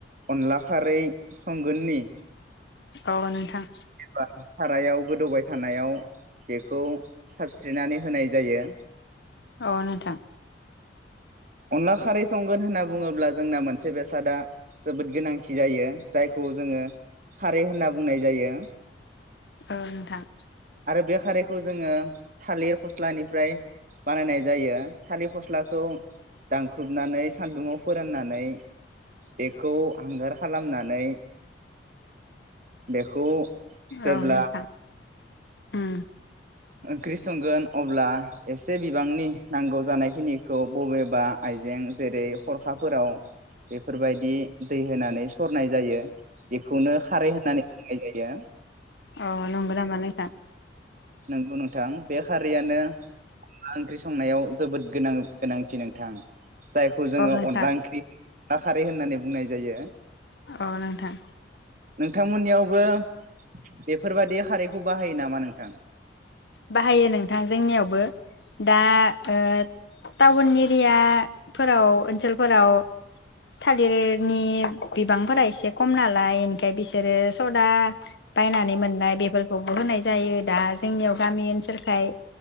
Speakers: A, on the right (about 45°); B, on the left (about 60°).
A: अनला खारै संगोननि
B: औ नोंथां
A: बा सारायाव गोदौबाय थानायाव बेखौ साबस्रिनानै होनाय जायो।
B: औ नोंथां।
A: अनला खारै संगोन होनना बुङोब्ला जोंना मोनसे बेसादा जोबोद गोनांथि जायो जायखौ जोङो खारै होनना बुंनाय जायो।
B: औ नोंथां
A: बे खारैखौ जोङो थालिर फस्लानिफ्राय बानायनाय जायो थालिर फस्लाखौ दानख्रुबनानै सान्दुंङाव फोराननानै बेखौ हांगार खालामनानै बेखौ जेब्ला
B: औ नोंथां। उम
A: ओंख्रि संगोन अब्ला एसे बिबांनि नांगौ जानायखिनिखौ बबेबा आइजें जेरै हरखाफोराव बेफोरबायदि दै होनानै सरनाय जायो। इखौनो खारै होननानै बुंनाय जायो।
B: अ नंगौ नामा नैथां?
A: नोंगौ नोंथां। बे खारैयानो मा ओंख्रि संनायाव जोबोद गोनां गोनांथि नोंथां। जायखौ जोंङो
B: औ नोंथां
A: अनला ओंख्रि आ खारै होननानै बुंनाय जायो।
B: अ नोंथां
A: नोंथांमोननियावबो बेफोरबादि खारैखौ बाहायो नामा नोंथां?
B: बाहायो नोंथां जोंनियावबो। दा ओ टाउन एरियाफोराव ओनसोलफोराव थालिरनि बिबांफोरा एसे खमनालाय ओंखाय बिसोरो सदा बायनानै मोननाय बेफोरखौबो होनाय जायो दा जोंनियावब गामि ओनसोलखाय